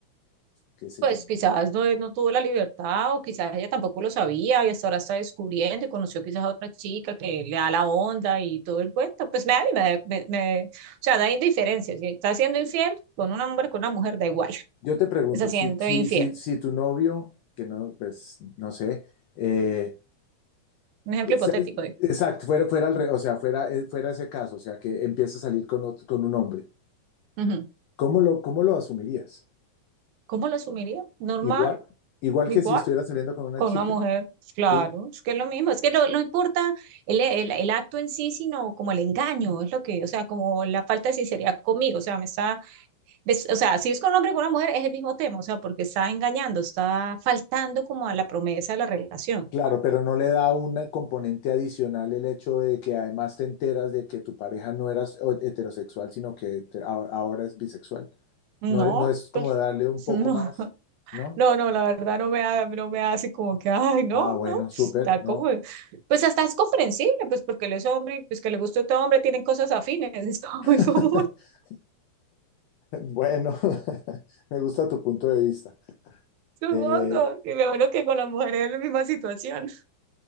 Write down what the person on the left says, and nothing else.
qué sé
yo.
Yo te pregunto,
si, si,
si, si tu novio, que no, pues, no sé, eh,
¿sabes?
exacto, fuera, fuera al re- o sea, fuera, eh, fuera ese caso, o sea, que empieza a salir con, ot- con un hombre,
¿cómo lo, cómo lo asumirías?
Igual, igual
que si estuviera saliendo con una
chica,
¿sí?
Claro, pero no le da un componente adicional el hecho de que además te enteras de que tu pareja no era s- o- heterosexual, sino que te- a- ahora es bisexual.
No, le- no es como
darle un
poco
más, ¿no?
Ah, bueno,
súper,
¿no?
<laughs>
Bueno, <laughs> me gusta tu punto de vista.
Eh,